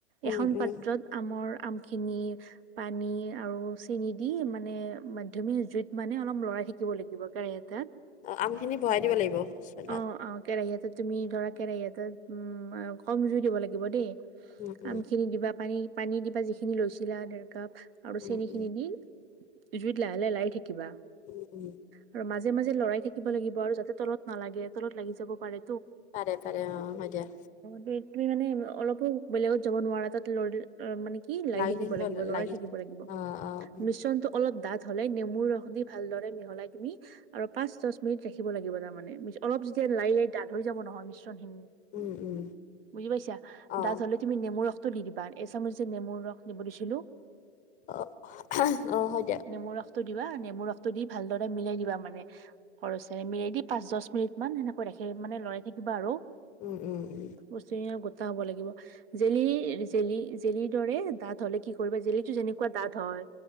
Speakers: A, on the left; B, on the right.
A: উম,
B: এখন
A: উম,
B: পাত্ৰত আমৰ আমখিনি পানী আৰু চেনি দি মানে মধ্যমীয়া জুইত মানে অলপ লৰাই থাকিব লাগিব কেৰাহী এটাত।
A: অ আমখিনি বঢ়াই দিব লাগিব? চোলাত
B: অ অ কেৰাহী এটাত তুমি ধৰা কেৰাহী এটাত উম কম জুই দিব লাগিব দেই।
A: উম, উম,
B: আমখিনি দিবা, পানী পানী দিবা যিখিনি লৈছিলা আৰু
A: উম,
B: চেনিখিনি
A: উম,
B: দি জুইত লাহে লাহে লাৰি থাকিবা
A: উম, উম,
B: আৰু মাজে মাজে মাজে লৰাই থাকিব লাগিব আৰু যাতে তলত নালাগে তলত লাগি যাব পাৰে।
A: পাৰে পাৰে অ হয় দিয়া।
B: তুমি তুমি মানে অলপো বেলেগত যাব নোৱাৰা তাত লৰি মানে কি লাৰি
A: লাগি
B: থাকিব লাগিব, লৰাই
A: লাগি
B: থাকিব লাগিব
A: অ', অ',
B: মিশ্ৰণটো অলপ ডাঠ হ'লে নেমুৰ ৰস দি ভালদৰে মিহলাই তুমি আৰু পাঁচ দচ মিনিট ৰাখিব লাগিব তাৰমানে। অলপ যেতিয়া লাৰি লাৰি ডাঠ হৈ যাব নহয় মিশ্ৰ <unintelligible>
A: উম, উম,
B: বুজি পাইছা
A: অ',
B: ডাঠ হলে তুমি নেমুৰ ৰস দি দিবা এচামুচ যে নেমুৰ ৰস দিব দিছিলো
A: অ অ হয় দিয়া
B: নেমুৰ ৰসটো দিবা নেমুৰ ৰসটো দি ভালদৰে মিলাই দিবা মানে কৰচেৰে মিনিট মান সেনেকৈ ৰাখি মানে লৰাই থাকিব আৰু
A: উম উম উম।
B: বস্তুখিনি অলপ গোটা হব লাগিব জেলি জেলি জেলিৰ দৰে দাঁত হলে কি কৰিবা জেলিটো যেনেকুৱা দাত হয়